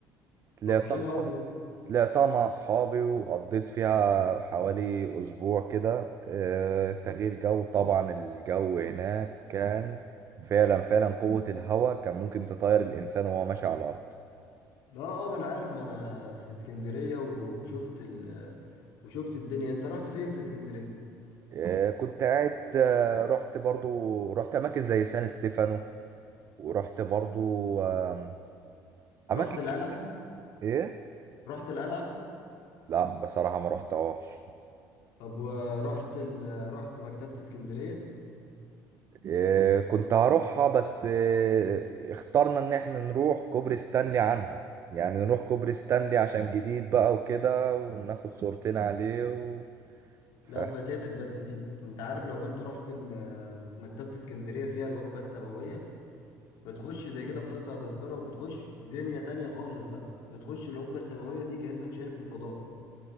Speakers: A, on the right (about 40°); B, on the left (about 80°).
A: طلعتها
B: طب حلو قوي
A: طلعتها مع أصحابي وقضيت فيها حوالي أسبوع كده آه، تغيير جو طبعا الجو هناك كان فعلا فعلا قوة الهواء كان ممكن تطير الإنسان وهو ماشي على الأرض
B: ده اه اه ما انا عارف ما انا في اسكندرية و- وشفت ال وشفت الدنيا انت رحت فين في اسكندرية
A: آه، كنت قاعد آه، رحت برضو رحت اماكن زي سان ستيفانو ورحت برضو آم، اماكن
B: رحت
A: ك-
B: القلعة
A: ايه
B: رحت القلعة
A: لا بصراحة ما رحتهاش
B: طب ورحت ال... رحت مكتبة اسكندرية
A: آه، كنت هروحها بس آه، اخترنا ان احنا نروح كوبري ستانلي عنها يعني نروح كوبري ستانلي عشان جديد بقى وكده وناخد صورتين عليه و... ف...
B: لا فاتتك بس دي انت عارف لو كنت رحت ال... مكتبة اسكندرية فيها القبة السماوية بتخش زي كده بتقطع تذكرة وبتخش دنيا تانية خالص بقى بتخش القبة السماوية دي كأنك شايف الفضاء